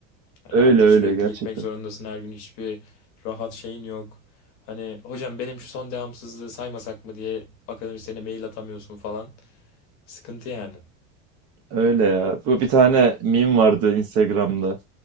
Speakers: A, on the left; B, on the right.
A: Hani
B: Öyle
A: artık
B: öyle
A: sürekli
B: gerçekten.
A: gitmek zorundasın her gün hiçbir rahat şeyin yok. Hani hocam benim şu son devamsızlığı saymasak mı diye akademisyene mail atamıyorsun falan. Sıkıntı yani.
B: Öyle ya. Bu bir tane meme vardı Instagram'da.